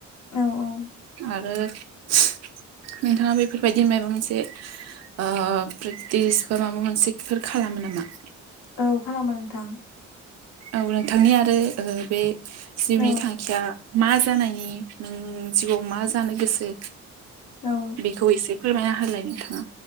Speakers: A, on the left (about 70°); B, on the right (about 60°).
A: औ औ
B: आरो नोंथाङा बेफोरबायदि मायबा मोनसे ओ प्रेक्टिस बा माबा मोनसेफोर खालामो मो नामा?
A: औ खालामो नोंथां
B: औ नोंथांनि आरो ओ बे जिउनि
A: औ
B: थांखिया मा जानायनि नों जिउआव मा जानो गोसो
A: औ
B: बेखौ एसे फोरमायना होलाय नोंथाङा।